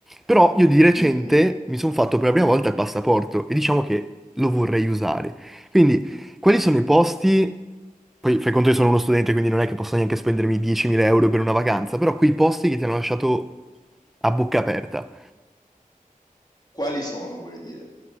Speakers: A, in the centre; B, on the left.
A: Però io di recente
B: mhm.
A: mi sono fatto per la prima volta il passaporto e diciamo che lo vorrei usare. Quindi quelli sono i posti, poi fai conto che sono uno studente, quindi non è che posso neanche spendermi 10.000 euro per una vacanza, però quei posti che ti hanno lasciato a bocca aperta.
B: Quali sono, vuoi dire?